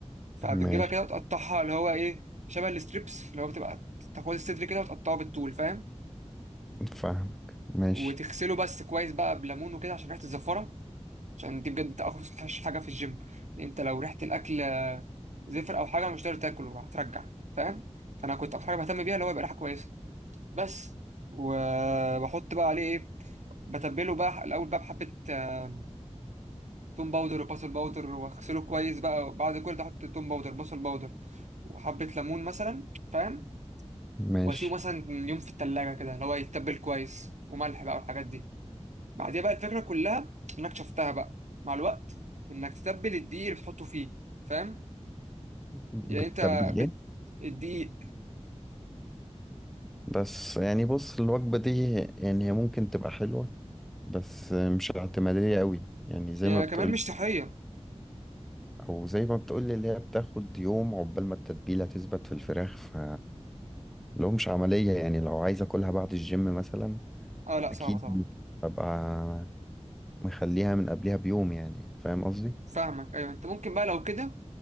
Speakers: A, on the right; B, in the centre.
A: فبتجيبها
B: ماشي
A: كده وتقطعها اللي هو ايه شبه الستريبس اللي هو بتبقى تاخد الصدر كده وتقطعه بالطول فاهم
B: فاهمك ماشي
A: وتغسله بس كويس بقى بليمون وكده عشان ريحه الزفاره عشان دي بجد اوحش حاجه في الجيم لأن انت لو ريحه الاكل زفر او حاجه مش هتقدر تاكله هترجع فاهم فانا كنت اكتر حاجه بهتم بيها اللي هو يبقى ريحه كويسه بس وبحط بقى عليه ايه بتبله بقى الاول بقى بحبه آه، توم باودر وبصل باودر واغسله كويس بقى وبعد كل ده احط توم باودر بصل باودر وحبه ليمون مثلا فاهم
B: ماشي
A: واسيبه مثلا يوم في التلاجة كده اللي هو يتبل كويس وملح بقى والحاجات دي بعديها بقى الفكرة كلها انك شفتها بقى مع الوقت انك تتبل الدقيق اللي بتحطه فيه فاهم
B: بالتبليل
A: يعني انت بت...
B: إيه؟
A: الدقيق
B: بس يعني بص الوجبة دي يعني هي ممكن تبقى حلوة بس مش اعتمادية قوي يعني زي
A: يعني
B: ما بتقول
A: كمان مش صحية
B: وزي ما بتقولي اللي هي بتاخد يوم عقبال ما التتبيلة تثبت في الفراخ ف لو مش عملية يعني لو عايز اكلها بعد الجيم مثلا
A: اه لا صعبة
B: اكيد
A: طبعا
B: ببقى مخليها من قبلها بيوم يعني فاهم قصدي؟
A: فاهمك ايوه انت ممكن بقى لو كده